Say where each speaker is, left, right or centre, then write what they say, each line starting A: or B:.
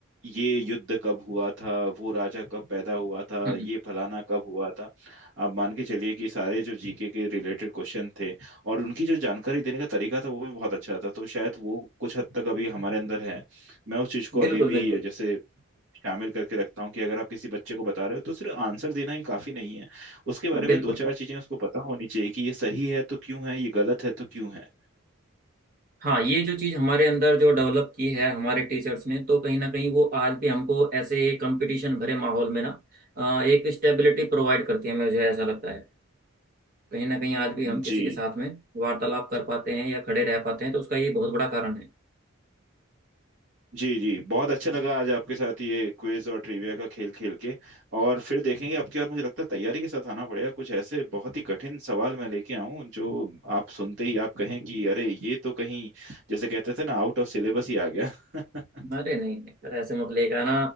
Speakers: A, on the right; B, on the right.
A: ये युद्ध कब हुआ था वो राजा कब पैदा हुआ था
B: हम्म
A: ये फलाना कब हुआ था आप मान के चलिए कि सारे जो जीके के रिलेटेड क्वेश्चन थे और उनकी जो जानकारी देने का तरीका था वो भी बहुत अच्छा था तो शायद वो कुछ हद तक अभी हमारे अंदर है मैं उस चीज को अभी
B: बिल्कुल
A: भी
B: बिल्कुल
A: जैसे शामिल करके रखता हूँ कि अगर आप किसी बच्चे को बता रहे हो तो सिर्फ आंसर देना ही काफी नहीं है उसके बारे में
B: बिल्कुल
A: दो चार चीजें उसको पता होनी चाहिए कि ये सही है तो क्यों है ये गलत है तो क्यों है
B: हाँ ये जो चीज़ हमारे अंदर जो डेवलप की है हमारे टीचर्स ने तो कहीं ना कहीं वो आज भी हमको ऐसे कंपटीशन भरे माहौल में ना अ, एक स्टेबिलिटी प्रोवाइड करती है मुझे ऐसा लगता है कहीं ना कहीं आज भी हम किसी
A: जी
B: के साथ में वार्तालाप कर पाते हैं या खड़े रह पाते हैं तो उसका ये बहुत बड़ा कारण है
A: जी जी बहुत अच्छा लगा आज आपके साथ ये क्विज और ट्रिविया का खेल खेल के और फिर देखेंगे आपके बाद मुझे लगता है तैयारी के साथ आना पड़ेगा कुछ ऐसे बहुत ही कठिन सवाल मैं लेके आऊं जो आप सुनते ही आप कहें कि अरे ये तो कहीं जैसे कहते थे ना आउट ऑफ सिलेबस ही आ गया <laughs>
B: अरे नहीं नहीं सर ऐसे मत लेगा ना